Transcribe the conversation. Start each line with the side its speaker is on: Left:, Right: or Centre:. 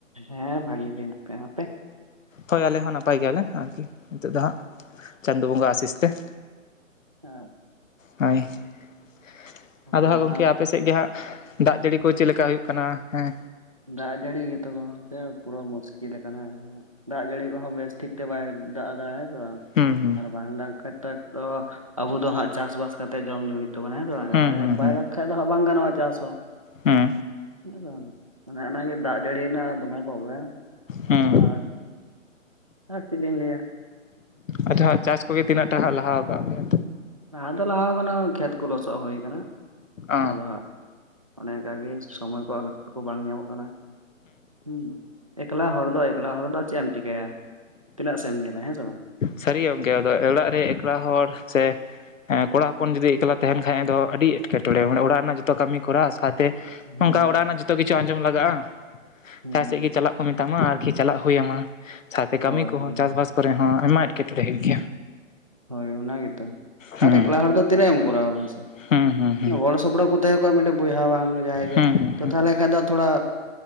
Right: ᱦᱮᱸ ᱵᱷᱟᱜᱤ ᱜᱮ ᱦᱮᱱᱟᱜ ᱯᱮᱭᱟ ᱟᱯᱮ?
Left: ᱦᱳᱭ ᱟᱞᱮ ᱦᱚᱸ ᱱᱟᱯᱟᱭ ᱜᱮᱭᱟᱞᱮ ᱟᱨᱠᱤ ᱱᱤᱛᱚᱜ ᱫᱚ ᱦᱟᱸᱜ ᱪᱟᱸᱫᱚ ᱵᱚᱸᱜᱟ ᱟᱥᱤᱥ ᱛᱮ ᱾
Right: <unintelligible>
Left: ᱦᱳᱭ ᱾
Right: ᱟᱯᱮ
Left: ᱟᱫᱚ ᱦᱟᱸᱜ
Right: ᱫᱚ
Left: ᱜᱚᱢᱠᱮ ᱟᱯᱮ ᱥᱮᱫ ᱜᱮ ᱦᱟᱸᱜ ᱫᱟᱜ ᱡᱟᱹᱲᱤ ᱠᱚ ᱪᱮᱫᱮᱠᱟ ᱦᱩᱭᱩᱜ ᱠᱟᱱᱟ? ᱦᱮᱸ
Right: ᱫᱟᱜ ᱡᱟᱹᱲᱤ ᱜᱮᱛᱚ ᱜᱚᱢᱠᱮ ᱯᱩᱨᱟᱹ ᱢᱩᱥᱠᱤᱞ ᱟᱠᱟᱱᱟ ᱫᱟᱜ ᱡᱟᱹᱲᱤ ᱠᱚᱦᱚᱸ ᱵᱮᱥ ᱴᱷᱤᱠ ᱛᱮ ᱵᱟᱭ ᱫᱟᱜ ᱟ ᱮᱫᱟᱜᱟ ᱦᱮᱸ ᱥᱮ ᱵᱟᱝ?
Left: ᱦᱩᱸ ᱦᱩᱸ
Right: ᱟᱨ ᱵᱟᱝ ᱫᱟᱜ ᱠᱷᱟᱡ ᱛᱚ ᱮᱠᱛᱚ ᱟᱵᱚ ᱫᱚ ᱦᱟᱸᱜ ᱪᱟᱥᱵᱟᱥ ᱠᱟᱛᱮᱫ ᱡᱚᱢ ᱧᱩ ᱦᱩᱭᱩᱜ ᱛᱟᱵᱚᱱᱟ ᱦᱮᱸᱥᱮ ᱵᱟᱝ
Left: ᱦᱩᱸ
Right: ᱵᱟᱲᱟᱭᱟ
Left: ᱦᱩᱸ
Right: ᱵᱟᱭ
Left: ᱦᱩᱸ
Right: ᱫᱟᱜ ᱠᱷᱟᱱ ᱫᱚ ᱦᱟᱸᱜ ᱵᱟᱝ ᱜᱟᱱᱚᱜ-ᱟ ᱪᱟᱥ ᱦᱚᱸ
Left: ᱦᱩᱸ
Right: ᱪᱮ ᱚᱱᱮ ᱚᱱᱟ ᱜᱮ ᱫᱟᱜ ᱡᱟᱹᱲᱤ ᱨᱮᱱᱟᱜ ᱫᱚᱢᱮ ᱯᱨᱚᱵᱞᱮᱢ
Left: ᱦᱩᱸ
Right: ᱟᱨ ᱟᱨ ᱪᱮᱫ ᱞᱤᱧ ᱞᱮᱭᱟ
Left: ᱟᱪᱪᱷᱟ ᱪᱟᱥ ᱠᱚᱜᱮ ᱛᱤᱱᱟᱹᱜ ᱴᱟ ᱦᱟᱸᱜ ᱞᱟᱦᱟᱣ ᱟᱠᱟᱜ ᱢᱮᱭᱟ
Right: ᱞᱟᱦᱟ ᱫᱚ ᱞᱟᱦᱟᱣ ᱟᱠᱟᱱᱟ ᱠᱷᱮᱛ ᱠᱚ ᱞᱚᱥᱚᱫ ᱦᱩᱭ ᱟᱠᱟᱱᱟ
Left: ᱚ
Right: ᱟᱫᱚ ᱦᱟᱸᱜ ᱚᱱᱮ ᱚᱱᱠᱟ ᱜᱮ ᱥᱚᱢᱚᱭ ᱠᱚ ᱟᱞ ᱠᱚ ᱵᱟᱝ ᱧᱟᱢᱚᱜ ᱠᱟᱱᱟ ᱦᱩᱸ ᱮᱠᱞᱟ ᱦᱚᱲ ᱫᱚ ᱮᱠᱞᱟ ᱦᱚᱲ ᱫᱚ ᱟᱨ ᱪᱮᱫ ᱮᱢ ᱪᱤᱠᱟᱹᱭᱟ ᱛᱤᱱᱟᱹᱜ ᱥᱮᱫ ᱮᱢ ᱧᱮᱞᱟ ᱦᱮᱸ ᱥᱮ ᱵᱟᱝ
Left: ᱥᱟᱹᱨᱤ ᱜᱮ ᱜᱚᱢᱠᱮ ᱟᱫᱚ ᱚᱲᱟᱜ ᱨᱮ ᱮᱠᱞᱟ ᱦᱚᱲ ᱥᱮ ᱦᱮᱸ ᱠᱚᱲᱟ ᱦᱚᱯᱚᱱ ᱡᱩᱫᱤ ᱮᱠᱞᱟ ᱛᱟᱦᱮᱸᱱ ᱠᱷᱟᱡ ᱫᱚ ᱟᱹᱰᱤ ᱮᱴᱠᱮᱴᱚᱬᱮ ᱚᱱᱰᱮ ᱚᱲᱟᱜ ᱨᱮᱱᱟᱜ ᱡᱚᱛᱚ ᱠᱟᱹᱢᱤ ᱠᱚᱨᱟᱣ ᱥᱟᱶᱛᱮ
Right: ᱦᱮᱸ
Left: ᱱᱚᱝᱠᱟ ᱚᱲᱟᱜ ᱨᱮᱱᱟᱜ ᱡᱚᱛᱚ ᱠᱤᱪᱷᱩ ᱟᱸᱡᱚᱢ ᱞᱟᱜᱟᱜᱼᱟ
Right: ᱦᱩᱸ
Left: ᱡᱟᱦᱟᱸ ᱥᱮᱫ ᱜᱮ ᱪᱟᱞᱟᱜ ᱠᱚ ᱢᱮᱛᱟᱢᱟ ᱟᱨᱠᱤ ᱪᱟᱞᱟᱜ ᱦᱩᱭ ᱟᱢᱟ ᱥᱟᱶᱛᱮ ᱠᱟᱹᱢᱤ
Right: ᱦᱳᱭ
Left: ᱠᱚᱦᱚ
Right: ᱦᱳᱭ
Left: ᱪᱟᱥᱵᱟᱥ ᱠᱚᱨᱮ ᱦᱚᱸ ᱟᱭᱢᱟ ᱮᱴᱠᱮᱴᱚᱬᱮ ᱦᱩᱭᱩᱜ ᱜᱮᱭᱟ
Right: ᱦᱳᱭ ᱚᱱᱟ ᱜᱮᱛᱚ
Left: ᱦᱩᱸ
Right: ᱟᱨ ᱮᱠᱞᱟ ᱦᱚᱲ ᱫᱚ ᱛᱤᱱᱟᱹᱜ ᱮᱢ ᱠᱚᱨᱟᱣᱟ ᱢᱟᱥᱮ
Left: ᱦᱩᱸ ᱦᱩᱸ ᱦᱩᱸ
Right: ᱜᱚᱲᱚ ᱥᱚᱯᱲᱚ ᱠᱚ ᱛᱟᱦᱮᱸ ᱠᱚᱜᱼᱟ ᱢᱤᱫᱴᱮᱡ ᱵᱚᱭᱦᱟ ᱵᱟᱝ ᱡᱟᱦᱟᱸᱭ ᱜᱮ
Left: ᱦᱩᱸ ᱦᱩᱸ
Right: ᱛᱚ
Left: ᱦᱩᱸ
Right: ᱛᱟᱦᱚᱞᱮ ᱠᱷᱟᱡ ᱫᱚ ᱛᱷᱚᱲᱟ